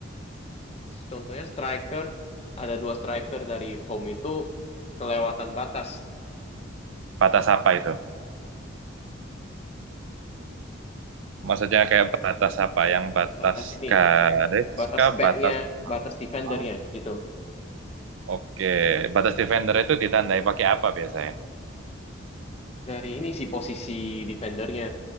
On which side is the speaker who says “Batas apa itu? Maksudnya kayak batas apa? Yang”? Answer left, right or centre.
Right